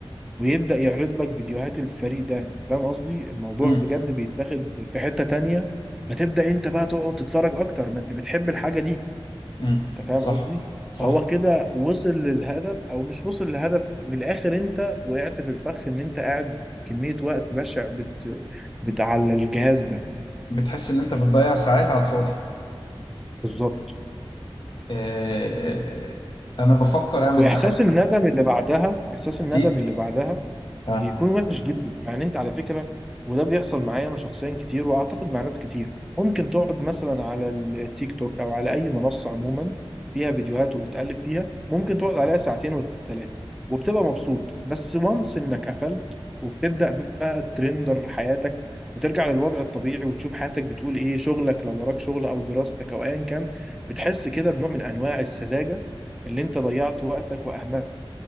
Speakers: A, in the centre; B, on the left.
A: ويبدا يعرض لك فيديوهات الفريق ده انت فاهم قصدي الموضوع
B: امم
A: بجد بيتاخد في حته تانية فتبدا انت بقى تقعد تتفرج اكتر ما انت بتحب الحاجه دي
B: امم
A: انت فاهم
B: صح
A: قصدي
B: صح
A: فهو كده وصل للهدف او مش وصل للهدف من الاخر انت وقعت في الفخ ان انت قاعد كمية وقت بشع بت... بت على الجهاز ده
B: بتحس ان انت بتضيع ساعات على الفاضي
A: بالظبط
B: آه، انا بفكر اعمل
A: واحساس
B: تحدي
A: الندم اللي بعدها احساس الندم
B: اكيد
A: اللي بعدها
B: اه
A: بيكون وحش جدا يعني انت على فكره وده بيحصل معايا انا شخصيا كتير واعتقد مع ناس كتير ممكن تقعد مثلا على التيك توك او على اي منصه عموما فيها فيديوهات وبتقلب فيها ممكن تقعد عليها ساعتين وثلاثه وبتبقى مبسوط بس وانس انك قفلت وبتبدا بقى ترندر حياتك وترجع للوضع الطبيعي وتشوف حياتك بتقول ايه شغلك لو وراك شغل او دراستك او ايا كان بتحس كده بنوع من انواع السذاجه اللي انت ضيعت وقتك واهملت